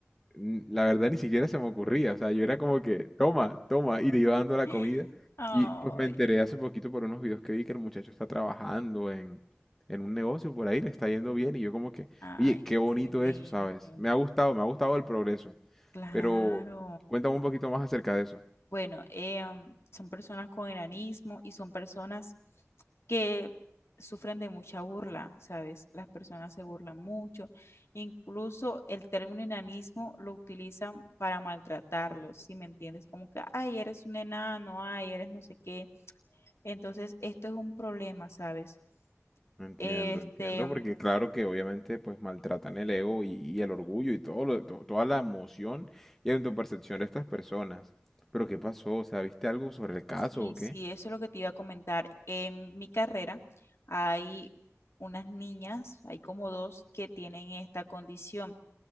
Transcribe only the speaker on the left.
<gasps>
Ay,
ay,
excelente.
Claro.
Bueno, em, son personas con enanismo y son personas que sufren de mucha burla, ¿sabes? Las personas se burlan mucho. Incluso el término enanismo lo utilizan para maltratarlos, si me entiendes? Como que, ay, eres un enano, ay, eres no sé qué. Entonces, esto es un problema, ¿sabes?
Este,
em,
Sí,
sí,
eso es lo que te iba a comentar. En mi carrera hay unas niñas, hay como dos que tienen esta condición